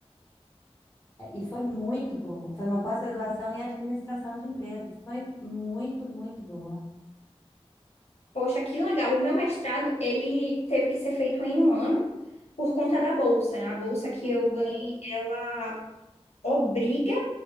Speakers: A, on the left; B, on the left.
A: e foi muito boa. Foi uma pós-graduação em administração de empresas. Foi muito, muito boa.
B: poxa, que legal. O meu mestrado, ele teve que ser feito em um ano por conta da bolsa, né? A bolsa que
A: Uhum,
B: eu ganhei, ela obriga